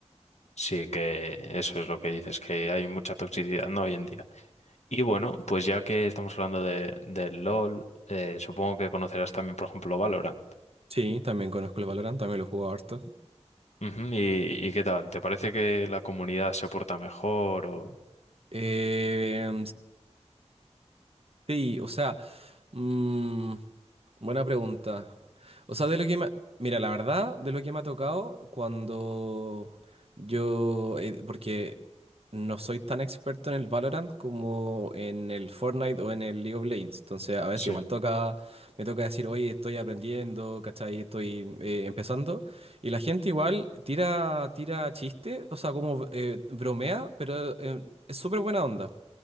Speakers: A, on the left (about 70°); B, on the right (about 55°).
A: Sí, que eso es lo que dices, que hay mucha toxicidad, ¿no? Hoy en día. Y bueno, pues ya que estamos hablando de, del LOL, eh, supongo que conocerás también, por ejemplo, Valorant.
B: Sí, también conozco el Valorant, también lo juego harto.
A: Ujú, ¿Y, y qué tal? ¿Te parece que la comunidad se porta mejor o...?
B: Eh, Sí, o sea, mm, buena pregunta. O sea, de lo que me... Mira, la verdad, de lo que me ha tocado cuando yo... eh, porque no soy tan experto en el Valorant como en el Fortnite o en el League of Legends. Entonces, a veces
A: Sí.
B: igual toca, me toca decir, oye, estoy aprendiendo, ¿cachai? Estoy eh, empezando. Y la gente igual tira, tira chiste, o sea, como eh, bromea, pero eh, es súper buena onda.